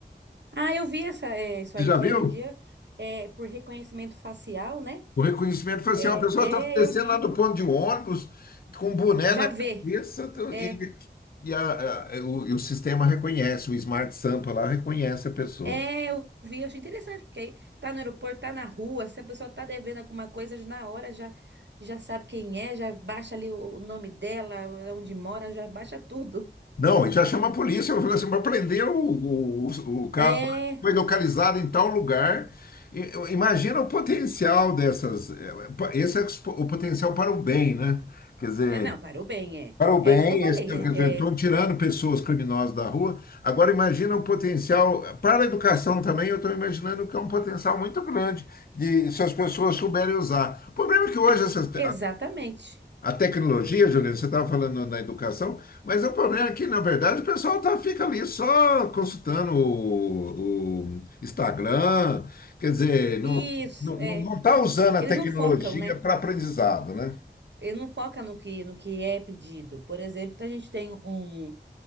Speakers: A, on the right; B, on the left.
A: Ah, eu vi essa, é, isso
B: Você
A: aí,
B: já
A: que
B: viu?
A: hoje em dia, é, por reconhecimento facial, né?
B: O reconhecimento foi
A: É,
B: assim, ó, a pessoa
A: é,
B: está descendo
A: eu vi.
B: lá do ponto de ônibus, com um boné
A: Já
B: na cabeça,
A: vê.
B: tu-
A: é.
B: e, e a- a- o, e o sistema reconhece, o Smart Sampa lá reconhece a pessoa.
A: É, eu vi, eu achei interessante, porque aí tá no aeroporto, tá na rua, se a pessoa tá devendo alguma coisa, já na hora já, já sabe quem é, já baixa ali o, o nome dela, é onde mora, já baixa tudo.
B: Não, e já chama a polícia, eu falo assim, para prender o, o, o o cara,
A: É,
B: foi localizado em tal lugar. E- eu- Imagina o potencial dessas, eh, pa- esse é o s- o potencial para o bem, né? Quer dizer,
A: é não, parou bem, é.
B: Para o bem,
A: É isso que eu falei,
B: esse- quer
A: né?
B: dizer,
A: é,
B: estão tirando pessoas criminosas da rua. Agora imagina o potencial, para a educação também, eu estou imaginando que é um potencial muito grande de, se as pessoas souberem usar. O problema é que hoje essas te-
A: exatamente.
B: a, a tecnologia, Juliana, você estava falando na educação, mas o problema é que, na verdade, o pessoal tá, fica ali só consultando o, o Instagram, quer dizer, não,
A: Isso,
B: não,
A: é.
B: não não tá usando a
A: Eles
B: tecnologia
A: não focam, né?
B: para aprendizado, né?
A: Eles não focam no que, no que é pedido. Por exemplo, a gente tem um